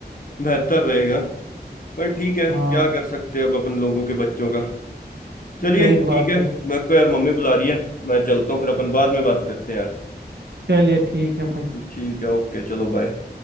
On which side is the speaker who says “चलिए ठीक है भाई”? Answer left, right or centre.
Right